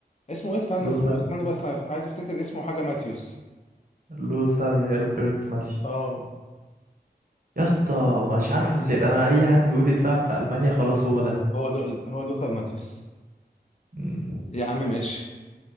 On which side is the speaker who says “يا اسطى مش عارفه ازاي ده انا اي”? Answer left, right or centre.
Right